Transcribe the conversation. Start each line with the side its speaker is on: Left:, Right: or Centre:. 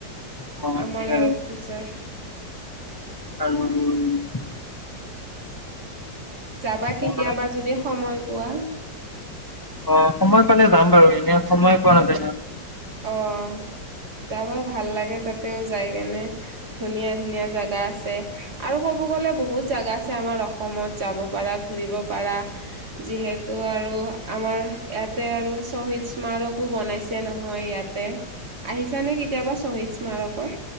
Left: অ
Right: আমাৰ
Left: সেয়াই
Right: নৰ্থিছৰ।
Left: <unintelligible>
Right: যাবা কেতিয়াবা
Left: মই
Right: যদি সময় পোৱা।
Left: অ', সময় পালে যাম বাৰু এনে সময় পোৱা নাজায়।
Right: অ', যাবা ভাল লাগে তাতেও যাই কেনে ধুনীয়া ধুনীয়া জাগা আছে, আৰু ক'ব গলে বহুত জাগা আছ আমাৰ অসমত যাব পাৰা ঘুৰিব পাৰা যিহেতু আৰু আমাৰ ইয়াতে আৰু শ্বহীদ স্মাৰকো বনাইছে নহ হয় ইয়াতে, আহিছ নে কেতিয়াবা শ্বহীদ স্মাৰকত